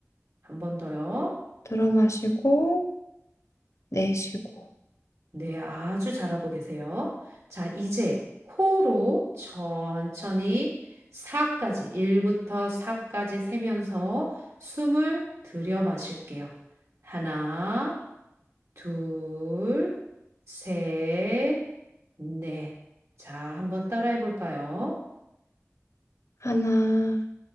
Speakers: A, on the right; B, on the left.
A: 한번 더요.
B: 들어 마시고, 내쉬고.
A: 네, 아주 잘하고 계세요. 자, 이제 코로 천천히 4까지, 1부터 4까지 세면서 숨을 들여 마실게요. 하나, 둘, 셋, 넷. 자, 한번 따라해 볼까요?
B: 하나,